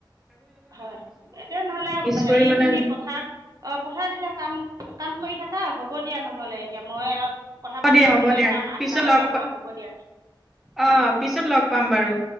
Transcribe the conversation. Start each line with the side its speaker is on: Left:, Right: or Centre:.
Right: হয় এতিয়া নহলে
Centre: মিক্স
Right: হেৰি
Centre: কৰি মানে
Right: তুমি পথাৰ অ', পথাৰ দি কাম, কাম কৰি থাকা হ'ব দিয়া নহলে এতিয়া মই আৰু কথা
Centre: হ'ব
Right: পাতি
Centre: দিয়া
Right: থাকিলে
Centre: হ'ব দিয়া
Right: কাম আগ
Centre: পিছত
Right: নাবঢ়ে
Centre: লগ
Right: নহয়
Centre: পা
Right: হ'ব দিয়া
Centre: অ', পিছত লগ পাম বাৰু